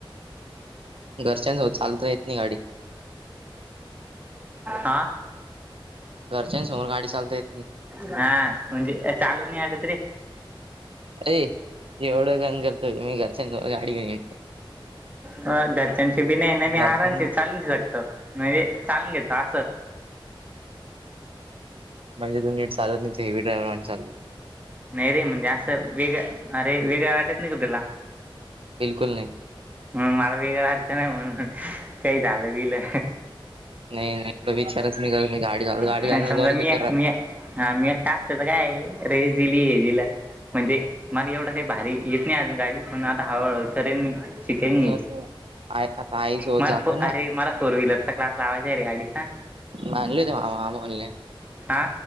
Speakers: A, on the right (about 75°); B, on the right (about 15°).
A: घरच्यांसोबत चालता येत नाही गाडी
B: हां.
A: घरच्यां समोर गाडी चालता येत की नाही?
B: हा म्हणजे चालू नाही आता तरी.
A: ए एवढं गण करतोय मी घरच्या गाडी नाहीय.
B: अ घरच्यांची बी नाही आहे ना मी आरामशी
A: घरच्यांना
B: चालून शकतो. म्हणजे चालून घेतो असं.
A: म्हणजेू तू नीट चालवत नाही तू हेवी ड्रायवर म्हणून चाल
B: नाही रे म्हणजे असं वेगळं अरे वेगळं वाटत नाही का तुला?
A: बिलकुल नाही
B: हम्म मला वेगळं वाटतं नाही म्हणून काही झालं बिलं.
A: नाही नाही एवढा विचारच नाही करत मी गाडी चालवतो गाडी
B: आणि
A: चालवताना
B: समजा
A: दोनच
B: मी
A: विचार
B: आहे, मी आ हा मी एकटा असतं तर काय आहे रेस दिली हे दिला. म्हणजे मला एवढं काही भारी येत नाही अजून गाडी पण आता हळूहळू करेन मी. शिकेल
A: राहतात
B: मी
A: आई आता आईसोबत
B: मार
A: जातो
B: फो
A: ना
B: मला फोर व्हीलरचा क्लास लावायचा रे गाडीचा.
A: मानलेते मा आम्ही ऑनलाईन
B: हां